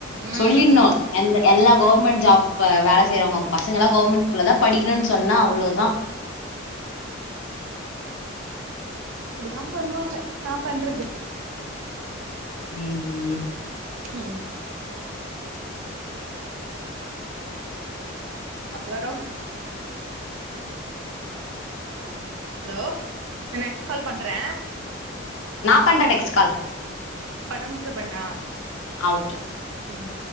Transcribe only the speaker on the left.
சொல்லிட்னு எந்த எல்லா கவுர்மெண்ட் ஜாப்ப வேல செய்யுறவங்க பசங்க எல்லா கவுர்மெண்ட் ஸ்கூல்ல தா படிக்கணுன்னு சொன்னா அவ்ளோதா
ம் ம்
நா பண்றே நெக்ஸ்ட் கால்
ஆ ஓகே.